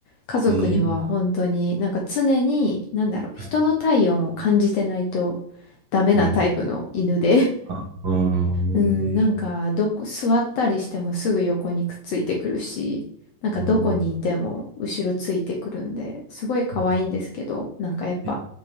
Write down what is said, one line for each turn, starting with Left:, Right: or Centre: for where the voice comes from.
Left: 家族には本当になんか常に、
Right: えー、
Left: なんだろう、人の体温を感じてないと
Right: はい、
Left: ダメなタイプの犬で
Right: はい。あ、あー、
Left: うん、なんか、
Right: えー、
Left: どこ、座ったりしてもすぐ横にくっついてくるし、なんかどこにいても後ろついてくるんで、
Right: あ
Left: すごい可愛いんですけど、
Right: ー
Left: なんかやっぱ、
Right: う